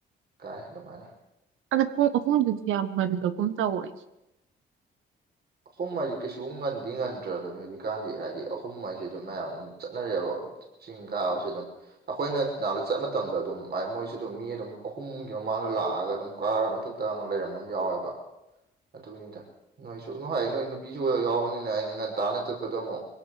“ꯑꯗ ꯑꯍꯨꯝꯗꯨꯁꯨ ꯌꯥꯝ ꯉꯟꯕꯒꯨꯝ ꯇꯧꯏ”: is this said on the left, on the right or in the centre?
Right